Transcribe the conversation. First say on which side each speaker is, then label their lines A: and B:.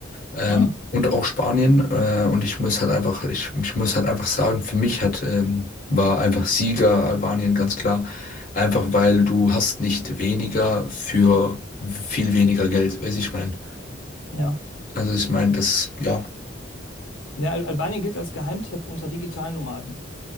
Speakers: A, on the left; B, on the left.
A: Ähm,
B: Mm,
A: und auch Spanien. Äh, und ich muss halt einfach, ich, ich muss halt einfach sagen, für mich hat, ähm, war einfach Sieger Albanien ganz klar. Einfach weil du hast nicht weniger für viel weniger Geld, weiß ich mein.
B: ja.
A: Also ich meine, das, ja. auf
B: Ja, Al Albanien gilt als Geheimtipp unter digitalen Nomaden.